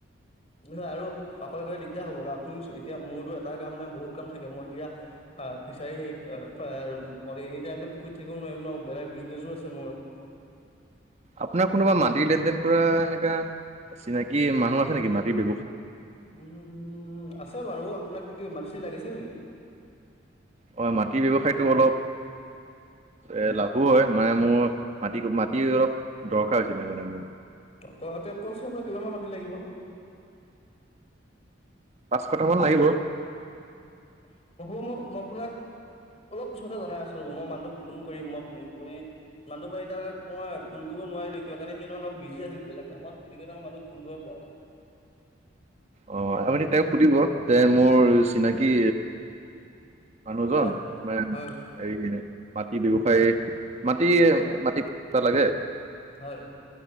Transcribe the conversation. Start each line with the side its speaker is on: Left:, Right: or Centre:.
Left: য় আৰু অকলে গলে দিগদাৰ হ'ব আপুনি এতিয়া মোৰতো এটাই কাম নাই বহুত কাম থাকে মই এতিয়া, ফিচাৰী হ এনি াইম পখীত থাকিব নোৱাৰিম ন বেলেগ বিজনেচো আছে মোৰ, হয়!
Right: আপোনাৰ কোনোবা মাটিৰ লেন দেেন কৰা এনেকা চিনাকি মানুহ আছে নেকি মাটিৰ ব,
Left: উম আছে বাৰু আপোনাক কি মাৰচি লাগিছিল নেকি?
Right: অ মাটি ব্যৱসায়তটো অলপ, এ লাভো হয়। মানে মোৰ মাটি মাটি অলপ দৰকাৰ হৈছিলে মানে মোৰ।
Left: গুৱাহাটীক কৈছো মই কিমানান মাটি লাগিব।
Right: পাঁচশটামান লাগিব।
Left: <unintelligible> মোক মই মই আপোনাক অলপ পিছতে জনাই আছো ৰ'ব মই মানুহটোক ফোন কৰিম মই ফোন কৰি মানুহটো বাও এতিয়া মই ফোন কৰি। ক নোৱাৰিলো কিয় কাৰণে সি অলপ বিজি আছিল বেলেক কামত সেইটোকে মই মানুহ ফোন কৰিব পৰা নাই।
Right: অ আপুনি তেওঁক সুধিব যে মোৰ চিনাকি মানুহজন,
Left: হয়
Right: মানে
Left: হয়
Right: হেই মাটি ব্যৱসায়ী মাটি এ মাটিতা লাগে।
Left: হয়